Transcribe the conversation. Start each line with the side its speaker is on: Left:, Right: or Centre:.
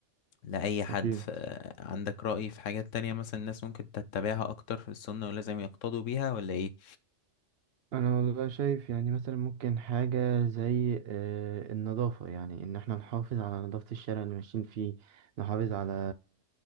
Left: لأي حد
Right: اكيد
Left: ف... عندك رأي في حاجات تانية مثلا الناس ممكن تتبعها أكتر في السنة ولازم يقتضوا بيها ولا إيه؟
Right: أنا والله شايف يعني مثلا ممكن حاجة زي آه، النظافة يعني إن إحنا نحافظ على نظافة الشارع اللي ماشيين فيه نحافظ على